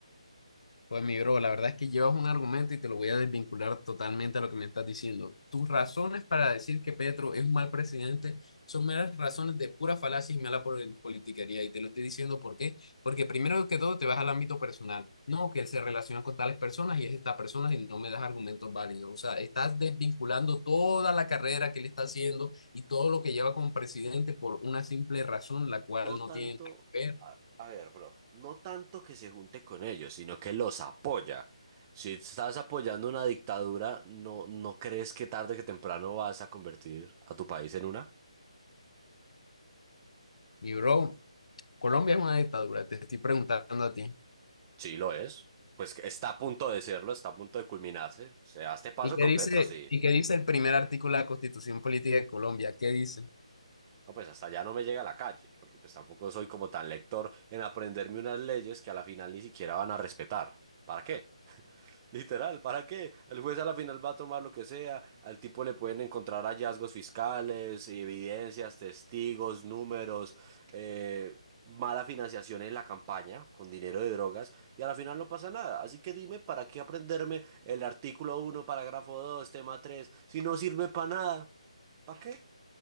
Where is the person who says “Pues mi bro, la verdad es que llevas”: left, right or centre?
Left